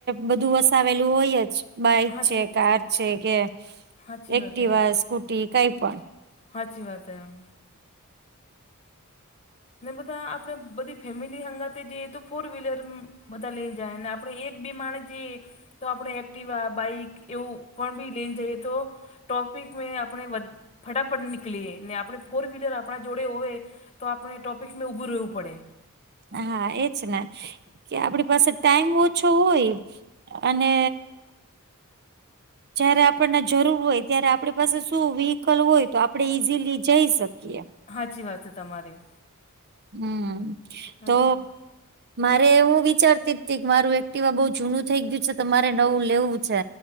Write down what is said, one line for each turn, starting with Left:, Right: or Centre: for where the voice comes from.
Right: બધું વસાવેલું હોય જ. બાઈક
Left: હાચી
Right: છે કાર છે કે
Left: હાચી
Right: એક્ટિવા
Left: વાત હે
Right: સ્કૂટી કઈ પણ.
Left: હાચી વાત એમ. ને બધા આપડે બધી ફેમિલી હંગા જઈએ તો ફોર વ્લર બધા લઈને જાય અને આપણે એક બે માણેસ જે. તો આપણે એક્ટિવા બાઈક એવું પણ બી લઈને જઈએ તો. ટોપિક મે આપણે ફટાફટ નિકલે અનેને આપણે ફોર વ્લર આપણા જોડે હોવે તો આપણે. ટોપિકમાં ઉઊભું રહેવું પડે.
Right: હા એજ ને કે આપણી પાસે ટાઈમ ઓછો હોય અને <inaudible> જયારે આપણને જરૂર હોય ત્યારે આપણી પાસે શું વ્હકલ હોય તો આપડણે ઈઝીલી જઈ શકીએ.
Left: હાચી વાત છે તમારી.
Right: હમ
Left: સાચી
Right: તો
Left: વાત
Right: મારે હું વિચારતી જ ત કે મારું એક્ટિવા બહુ જૂનું થઇ ગયું. તમારે નવું લેવું છે